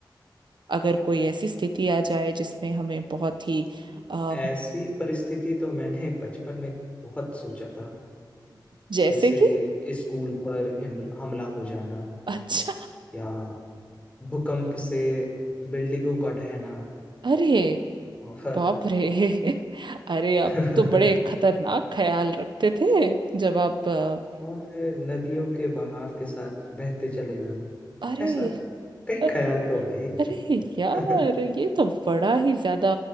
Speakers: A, on the right; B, on the left.
A: अगर कोई ऐसी स्थिति आ जाए जिसमें हमें बहुत ही
B: हम्म।
A: अ, हम्म,
B: ऐसी परिस्थिति तो मैंने <laughs> बचपन में बहुत सोचा था
A: जैसे
B: जैसे
A: कि
B: स्कूल पर हिम हमला हो जाना
A: अच्छा
B: या भूकंप से बिल्डिंगों का ढहना
A: अरे
B: और
A: बाप रे <laughs> अरे आप
B: <laughs>
A: तो बड़े खतरनाक ख्याल रखते थे जब आप अ,
B: और नदियों के बहाव के साथ बहते चले जाना
A: अरे
B: ऐसा कई
A: अ-
B: ख्याल तो आए ही
A: अरे
B: थे
A: यार
B: <laughs>
A: ये तो बड़ा ही ज्यादा